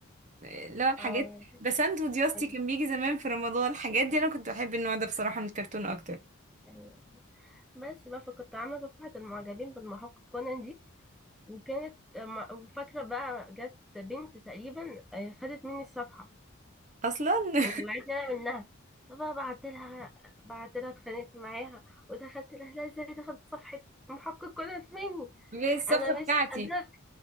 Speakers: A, on the right; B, in the centre.
A: اللي هو الحاجات
B: اه
A: بسنت ودياستي
B: أيوة،
A: كان بيجي زمان في رمضان الحاجات دي انا كنت بحب النوع ده بصراحه من الكرتون اكتر
B: أيوة. بس بقى فكنت عاملة صفحة المعجبين بالمحقق كونان دي وكانت م- وفاكرة بقى جت بنت تقريبا آه، خدت مني الصفحة
A: اصلا <laughs>
B: وطلعتني أنا منها فبقى بعت لها بعت لها اتخانقت معاها ودخلت لها لا ازاي تاخد صفحة محقق كونان مني
A: بالصفحه
B: انا مش
A: بتاعتي
B: انا